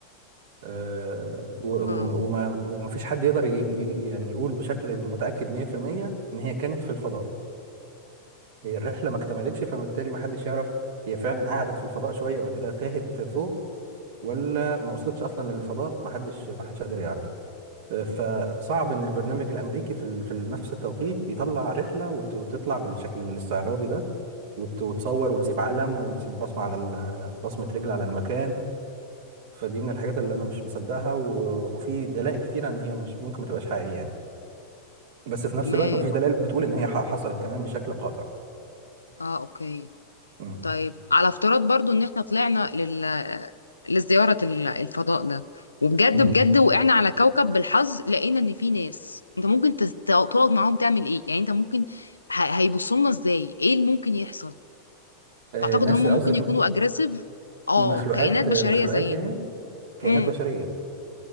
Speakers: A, on the right (about 55°); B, on the left (about 75°).
A: آه، و- و-
B: اه
A: وما وما فيش حد يقدر ي- ي- يعني يقول بشكل متاكد 100% ان هي كانت في الفضاء هي الرحله ما اكتملتش فبالتالي ما حدش يعرف هي فعلا قعدت في الفضاء شويه وبعد كده تاهت فوق ولا ما وصلتش اصلا للفضاء ما حدش ما حدش قادر يعرف آه، فصعب ان البرنامج الامريكي في ال- في نفس التوقيت يطلع رحله وت- وتطلع بالشكل الاستعراضي ده وت- وتصور وتسيب علم وتسيب بصمه على ال- بصمه رجل على المكان فدي من الحاجات اللي انا مش مصدقها و... وفي دلائل كتيره ان هي مش ممكن ما تبقاش حقيقيه يعني بس في نفس
B: تمام
A: الوقت مفيش دلائل بتقول ان هي ح- حصلت كمان بشكل قاطع
B: اه اوكي
A: امم
B: طيب على افتراض برضو ان احنا طلعنا لل... لزيارة ال- الفضاء ده وبجد
A: مهم.
B: بجد وقعنا على كوكب بالحظ لقينا ان في ناس انت ممكن تس- تقعد معاهم تعمل ايه يعني انت ممكن ه- هيبصوا لنا ازاي ايه اللي ممكن يحصل
A: آه،
B: تعتقد
A: ناس
B: ان هم
A: قصدك
B: ممكن يكونوا
A: م-
B: اجريسيف اه
A: مخلوقات
B: كائنات بشريه
A: آه، مخلوقات
B: زينا
A: يعني كائنات
B: امم
A: بشريه